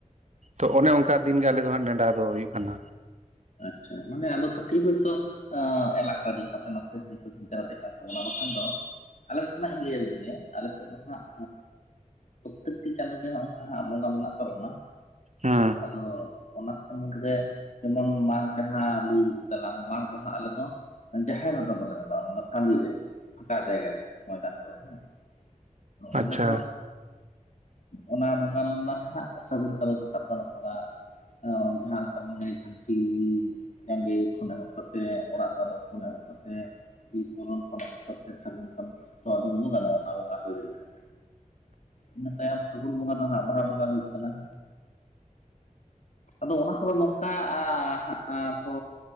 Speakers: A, on the right; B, on the left.
A: ᱛᱚ ᱚᱱᱮ ᱚᱱᱠᱟ ᱫᱤᱱ ᱜᱮ ᱟᱞᱮ ᱫᱚ ᱦᱟᱸᱜ ᱱᱮᱰᱟ ᱫᱚ ᱦᱩᱭᱩᱜ ᱠᱟᱱᱟ᱾
B: ᱟᱪᱪᱷᱟ ᱢᱟᱱᱮ ᱟᱫᱚ ᱠᱟᱹᱴᱤᱡ ᱦᱚᱭ ᱛᱚ ᱮᱞᱟᱠᱟ ᱞᱮᱠᱟᱛᱮ ᱱᱟᱥᱮ ᱦᱚᱭᱛᱳ ᱦᱟᱱᱛᱮ ᱱᱟᱛᱮᱜ ᱠᱟᱱ ᱛᱟᱵᱚᱱᱟ ᱵᱟᱠᱷᱟᱱ ᱫᱚ ᱟᱞᱮ ᱥᱮᱱᱟᱜ ᱤᱧ ᱞᱟᱹᱭ ᱟᱵᱮᱱ ᱜᱮ ᱟᱞᱮ ᱥᱮᱫ ᱫᱚ ᱦᱟᱸᱜ ᱯᱚᱛᱛᱮᱠᱴᱤ ᱪᱟᱸᱫᱩ ᱜᱮᱦᱟᱸᱜ ᱚᱱᱠᱟ ᱦᱟᱜ ᱵᱚᱸᱜᱟ ᱢᱮᱱᱟᱜ ᱛᱟᱵᱚᱱᱟ᱾
A: ᱦᱮᱸ
B: ᱟᱫᱚ ᱚᱱᱟᱠᱚ ᱢᱩᱫ ᱨᱮ ᱡᱚᱠᱷᱚᱱ ᱢᱟᱜᱽ ᱨᱮᱦᱟᱜ ᱞᱟᱹᱭ ᱠᱮᱫᱟ ᱞᱟᱝ ᱢᱟᱜᱽ ᱫᱚᱦᱟᱜ ᱟᱞᱮ ᱫᱚ᱾ ᱡᱟᱦᱮᱨ ᱨᱮᱫᱚ ᱵᱟᱞᱮ ᱵᱚᱸᱜᱟᱜᱼᱟ ᱚᱱᱟ ᱴᱟᱺᱰᱤ ᱨᱮ ᱯᱷᱟᱸᱠᱟ ᱡᱟᱭᱜᱟ ᱨᱮ᱾ ᱢᱚᱭᱫᱟᱱ ᱠᱚᱨᱮ ᱦᱮᱸ ᱛᱚ
A: ᱟᱪᱪᱷᱟ
B: ᱚᱸᱰᱮ ᱫᱚ ᱚᱱᱟ ᱵᱚᱸᱜᱟ ᱞᱮᱱᱟ ᱜᱮ ᱦᱟᱜ ᱥᱟᱹᱜᱩᱱ ᱠᱟᱢᱤ ᱠᱚ ᱥᱟᱵ ᱜᱟᱱᱚᱜ ᱠᱟᱱᱟ᱾ ᱚ ᱡᱟᱦᱟᱸ ᱞᱮᱠᱟ ᱵᱚᱱ ᱞᱟᱹᱭ ᱠᱷᱟᱱ ᱛᱤ ᱡᱟᱸᱜᱮ ᱠᱷᱚᱱ ᱮᱦᱚᱵ ᱠᱟᱛᱮ ᱚᱲᱟᱜ ᱫᱟᱞᱚᱵ ᱠᱷᱚᱱ ᱮᱦᱚᱵ ᱠᱟᱛᱮ᱾ ᱵᱤᱨ ᱵᱚᱞᱚᱱ ᱯᱚᱨᱮ <unintelligible> ᱥᱟᱹᱜᱩᱱ ᱠᱟᱢᱤ ᱛᱚ ᱟᱫᱚ ᱩᱫᱩᱠ ᱟᱞᱮ ᱚᱱᱟ ᱵᱚᱸᱜᱟ ᱦᱩᱭ ᱞᱮᱱ ᱠᱷᱟᱱ ᱤᱱᱟᱹ ᱛᱟᱭᱚᱢ ᱯᱷᱟᱹᱜᱩᱱ ᱵᱚᱸᱜᱟ ᱫᱚ ᱦᱟᱸᱜ ᱵᱟᱦᱟ ᱵᱚᱸᱜᱟ ᱦᱩᱭᱩᱜ ᱠᱟᱱᱟ ᱟᱫᱚ ᱚᱱᱟ ᱠᱚᱫᱚ ᱱᱚᱝᱠᱟ ᱟ ᱦᱟᱜ ᱠᱚ